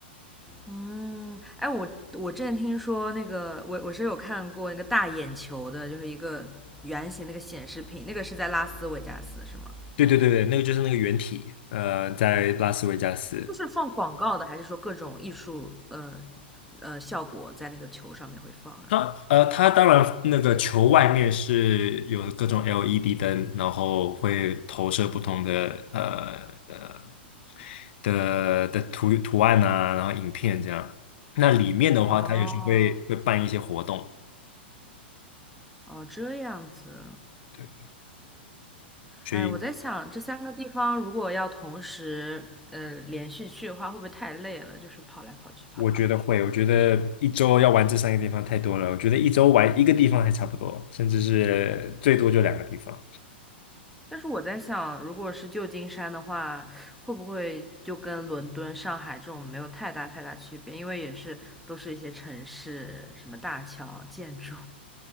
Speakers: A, in the centre; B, on the left (about 65°).
A: 嗯，哎，我我之前听说那个，我我是有看过那个大眼球的，就是一个圆形那个显示屏，那个是在拉斯维加斯是吗？
B: 对对对对，那个就是那个原体，呃，在拉斯维加斯，
A: 就是放广告的，还是说各种艺术呃呃效果在那个球上面会放啊？
B: 当呃，它当然那个球外面是有各种 LED 灯，然后会投射不同的呃呃的的图图案啊，然后影片这样。那里面的话，
A: 哦
B: 它有时候会会办一些活动，
A: 哦，这样子。
B: 对，所以
A: 哎，我在想这三个地方如果要同时呃连续去的话，会不会太累了？就是跑来跑去，跑来跑去。
B: 我觉得会，我觉得一周要玩这三个地方太多了，我觉得一周玩一个地方还差不多，甚至是最多就两个地方。
A: 但是我在想，如果是旧金山的话，会不会就跟伦敦、上海这种没有太大太大区别？因为也是都是一些城市，什么大桥、建筑。